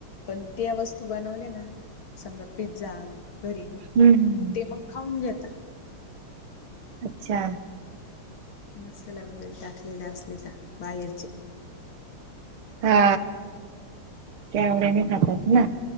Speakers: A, on the left; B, on the right.
A: पण त्या वस्तू बनवल्या ना समजा पिझ्झा घरी
B: हम्म हम्म
A: ते मग खाऊन घेता
B: अच्छा
A: मसाला वगैरे टाकलेला असले का बाहेरचे
B: हा ते आडीने खातात ना